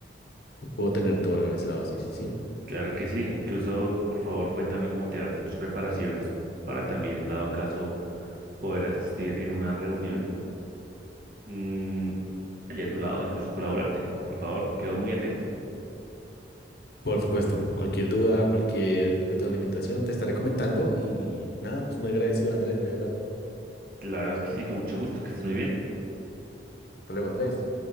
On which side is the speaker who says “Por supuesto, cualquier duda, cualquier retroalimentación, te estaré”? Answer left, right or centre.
Left